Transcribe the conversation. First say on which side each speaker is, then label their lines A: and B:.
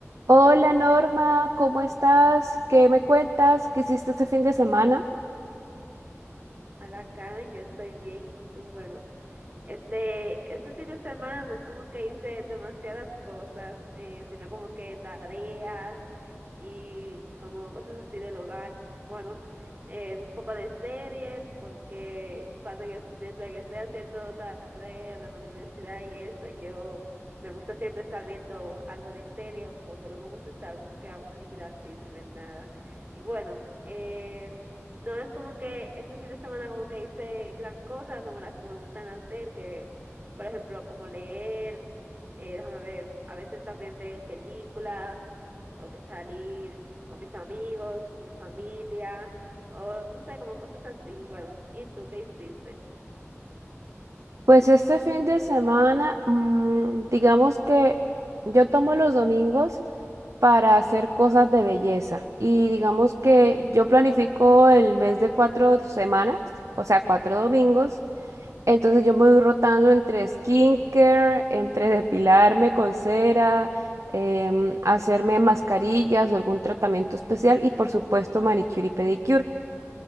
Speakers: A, on the right; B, on the right.
A: Hola Norma, ¿cómo estás? ¿Qué me cuentas? ¿Qué hiciste este fin de semana?
B: Hola Karen, yo estoy bien y tú, bueno, este, este fin de semana no es como que hice demasiadas cosas, eh, sino como que tareas y como cosas así del hogar. Bueno, eh, vi un poco de series porque cuando yo, mientras yo estoy haciendo tareas de la universidad y eso, yo me gusta siempre estar viendo algo de serie porque no me gusta estar como que aburrida así sin ver nada. Y bueno, eh, no es como que este fin de semana como que hice gran cosa, como las que me gustan hacer, que por ejemplo como leer, eh, déjame ver, a veces también ver películas, o que salir con mis amigos, con mi familia, o no sé, como cosas así, bueno, ¿y tú qué hiciste?
A: Pues este fin de semana, mm, digamos que yo tomo los domingos para hacer cosas de belleza y digamos que yo planifico el mes de cuatro semanas, o sea, cuatro domingos, entonces yo me voy rotando entre skincare, entre depilarme con cera. em, hacerme mascarillas o algún tratamiento especial y por supuesto manicure y pedicure.